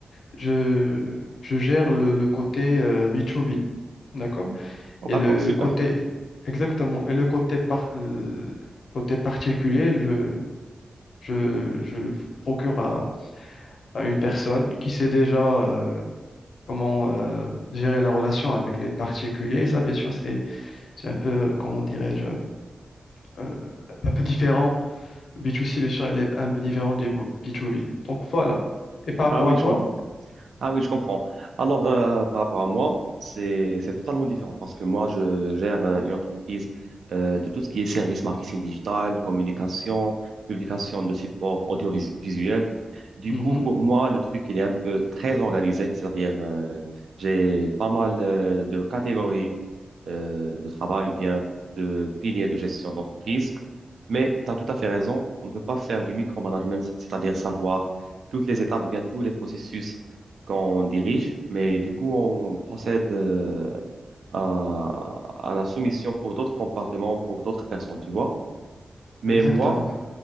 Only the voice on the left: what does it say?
je, je gère le, le côté euh, B2B, d'accord?
Et le,
le côté, exactement, et le côté, par, le côté particulier, je, je, je le procure à, à une personne qui sait déjà euh, comment euh, gérer la relation avec les particuliers. Et ça, bien sûr, c'est, c'est un peu, euh, comment dirais-je, euh, un peu différent B2C, bien sûr, elle est un peu différente du bo- B2B. Donc voilà. Et par rapport
à
toi,
Mhm.
Exactement.